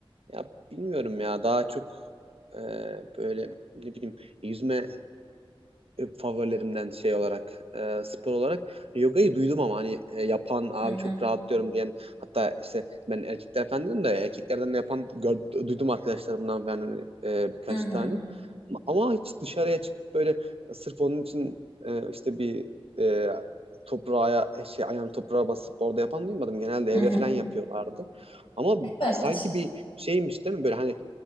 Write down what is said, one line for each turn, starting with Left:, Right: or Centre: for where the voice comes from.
Right: ya bilmiyorum ya daha çok e, böyle ne bileyim yüzme e, favorilerimden şey olarak e, spor olarak yogayı duydum ama hani e, yapan abi
Left: Hı hı.
Right: çok rahatlıyorum diyen hatta işte ben erkekler falan dedim de erkeklerden de yapan gör- duydum arkadaşlarımdan falan hani, e, birkaç
Left: Hı hı.
Right: tane ama hiç dışarıya çıkıp böyle sırf onun için e, işte bir e, toprağa e, şey ayağını toprağa basıp orada yapan duymadım genelde
Left: Hı
Right: evde
Left: hı.
Right: falan yapıyorlardı ama
Left: Evet.
Right: sanki bir şeymiş değil mi böyle hani